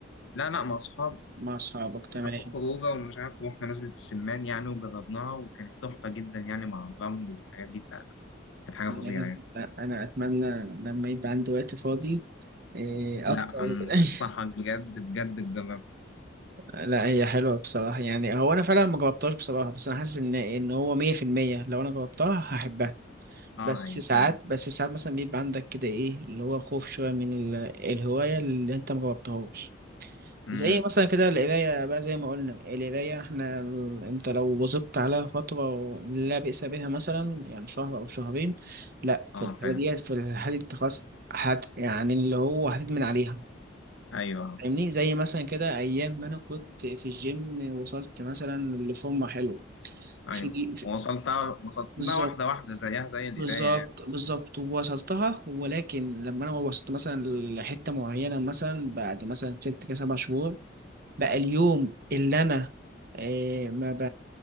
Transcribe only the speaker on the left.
لا لا مع أصحابي
كنا في خروجة ومش عارف رحنا نزلة السمان يعني وجربناها وكانت تحفة جدا يعني مع الرمل والحاجات دي فعلا كانت حاجة
فظيعة يعني
لا
أنصحك
بجد بجد تجرب
أه
هي
فعلا
أمم
أه
فعلا
أيوة أه
أيوة
وصلت وصلت
لها واحدة واحدة زيها زي القراية
يعني